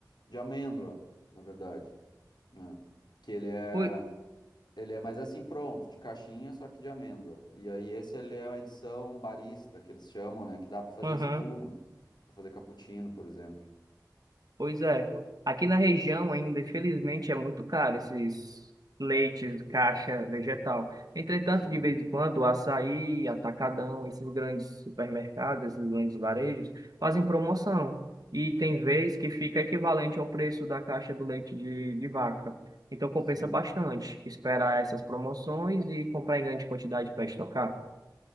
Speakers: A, on the left (about 85°); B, on the right (about 60°).
A: de amêndoa, na verdade, né? Que ele é,
B: Ui,
A: ele é mas assim pronto, de caixinha, só que de amêndoa. E aí esse ele é uma edição barista, que eles chamam, né? Que dá pra fazer
B: aham.
A: espuma, pra fazer cappuccino, por exemplo.
B: Pois é. Aqui na região ainda, infelizmente, é muito caro esses leites, caixa vegetal. Entretanto,
A: Sim,
B: de vez em quando, o Açaí, Atacadão, esses grandes supermercados, esses grandes varejos, fazem promoção. E tem vez que fica equivalente ao preço da caixa do leite de, de vaca. Então compensa
A: sim.
B: bastante esperar essas promoções e comprar em grande quantidade para estocar.